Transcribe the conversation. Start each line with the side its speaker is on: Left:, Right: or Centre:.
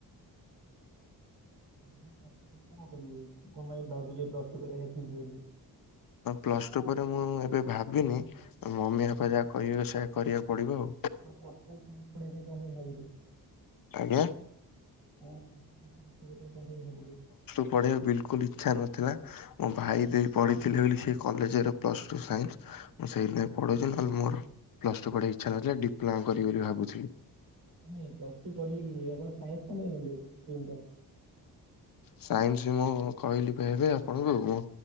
Right: ଆପଣ ପ୍ଲସ ଟୁ କରି କଣ କରିବେ କଣ ପାଇଁ ଭାବିଲେ ପ୍ଲସ ଟୁ କରିବା ଟା ଠିକ୍ ବୋଲି।
Left: ପ୍ଲସ ଟୁ ପରେ ମୁଁ ଏବେ ଭାବିନି ମମି ବାପା ଯାହା କହିବେ ସେୟା କରିବାକୁ ପଡିବ ଆଉ।
Right: ଆପଣ ପ୍ଲସ୍ ଟୁ ସାଇନ୍ସ୍ ପଢ଼ିବା ପାଇଁ କଣ ପାଇଁ ଭାବିଲେ।
Left: ଆଜ୍ଞା।
Right: ହଁ <unintelligible>
Left: ପଢି଼ବାକୁ ବିଲକୁଲ୍ ଇଚ୍ଛା ନଥିଲା। ମୋ ଭାଇ ଦେଇ ପଢ଼ିଥିଲେ ବୋଲି ସେ କଲେଜ୍ ରେ ପ୍ଲସ୍ ଟୁ ସାଇନ୍ସି ମୁଁ ସେଇଥିପାଇଁ ପଢୁଛି ନହଲେ ମୋର ପ୍ଲସ ଟୁ ପଢ଼ିବାକୁ ଇଚ୍ଛା ନଥିଲା ଡିପ୍ଲୋମା କରିବି ବୋଲି ଭାବୁଥିଲି।
Right: ନାଇଁ ପ୍ଲସ ଟୁ ପଢ଼ିଲେ କିଛି ନାହିଁ ଆପଣ ସାଇନ୍ସି <unintelligible>
Left: ସାଇନ୍ସି ମୁଁ କହିଲି ପା ଏବେ ଆପଣଙ୍କୁ ମୁଁ